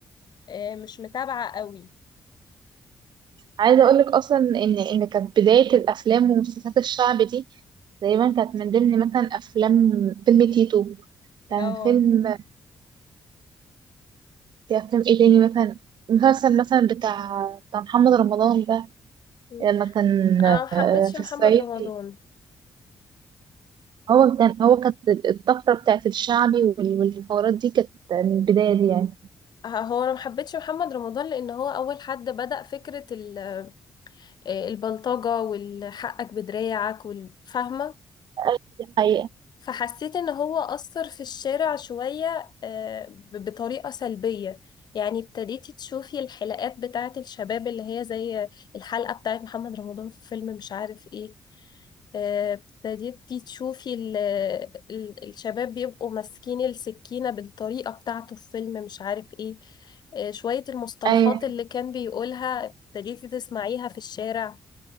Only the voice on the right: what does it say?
عايزه اقول لك اصلا ان ان كانت بدايه الافلام ومسلسلات الشعب دي تقريبا كانت من ضمن مثلا افلام فيلم تيتو كان
فيلم في افلام ايه تاني مثلا مسلسل مثلا بتاع بتاع محمد رمضان ده
لما كان
في
الصعيد
هو كان هو كانت الطفرة بتاعت الشعبي وال- والحوارات دي كانت من البداية دي يعني
أيوة، دي حقيقة
أيوة